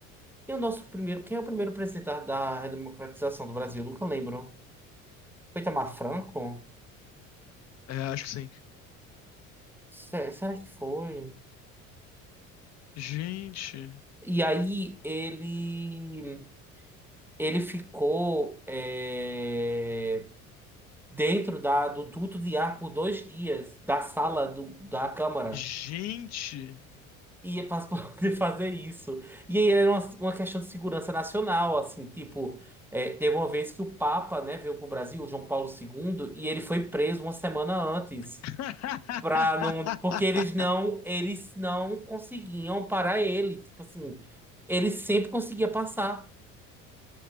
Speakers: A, in the centre; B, on the left (about 40°).
A: E o nosso primeiro. Quem é o primeiro presidente da, da redemocratização do Brasil? Eu nunca lembro. Foi Itamar Franco?
B: É, acho que sim.
A: Se- Será que foi?
B: Gente.
A: E aí ele ele ficou é, dentro da, do duto de ar por dois dias da sala do, da Câmara.
B: Gente.
A: E é para <laughs> poder fazer isso. E aí era uma, uma questão de segurança nacional, assim, tipo, é, teve uma vez que o Papa, né, veio pro Brasil, o João Paulo II, e ele foi preso uma semana antes,
B: <laughs>
A: para não, porque eles não, eles não conseguiam parar ele, tipo assim, ele sempre conseguia passar